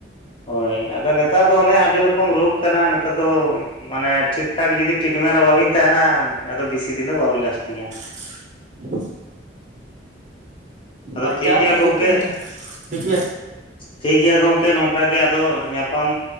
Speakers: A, on the left; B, on the right.
A: ᱦᱳᱭ ᱟᱫᱚ ᱱᱮᱛᱟᱨ ᱫᱚ ᱚᱱᱮ ᱟᱹᱰᱤ ᱨᱚᱠᱚᱢ ᱨᱳᱜᱽ ᱠᱟᱱᱟ ᱱᱮᱛᱟᱨ ᱫᱚ ᱢᱟᱱᱮ ᱴᱷᱤᱠ ᱴᱷᱟᱠ ᱡᱩᱫᱤ ᱴᱤᱴᱢᱮᱱᱴ ᱨᱮ ᱵᱟᱵᱤᱱ ᱛᱟᱦᱮᱱᱟ ᱟᱫᱚ ᱵᱮᱥᱤ ᱫᱤᱱ ᱫᱚ ᱵᱟᱹᱵᱤᱱ ᱞᱟᱥᱴᱤᱝᱼᱟ ᱾
B: <inaudible>
A: ᱟᱫᱚ
B: ᱵᱟᱧᱪᱟᱣ
A: ᱴᱷᱤᱠ
B: ᱨᱮᱱᱟᱜ
A: ᱜᱮᱭᱟ ᱜᱚᱢᱠᱮ᱾
B: ᱜᱚᱛᱤ ᱱᱟᱛᱮ
A: <inaudible>
B: ᱴᱷᱤᱠ ᱜᱮᱭᱟ
A: ᱴᱷᱤᱠ ᱜᱮᱭᱟ ᱜᱚᱝᱠᱮ ᱱᱚᱝᱠᱟᱜᱮ ᱟᱫᱚ ᱧᱟᱯᱟᱢ